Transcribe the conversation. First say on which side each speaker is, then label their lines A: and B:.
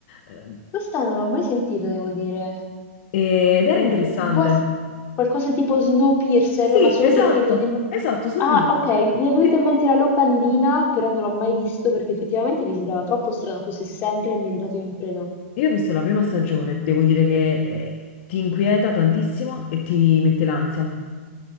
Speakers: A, on the left (about 55°); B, on the left (about 30°).
A: eh,
B: Questa non l'ho mai sentita, devo dire.
A: eh, ed era
B: Mm,
A: interessante.
B: può ess- qualcosa tipo Snowpiercer,
A: Sì,
B: ma solo
A: esatto,
B: perché mi viene in me-
A: esatto, Snowpiercer.
B: Ah, ok, mi è venuta
A: Sì.
B: in mente la locandina, però non l'ho mai visto perché effettivamente mi sembrava troppo strano fosse sempre ambientato in un treno.
A: Io ho visto la prima stagione, devo dire che eh, ti inquieta tantissimo e ti mette l'ansia.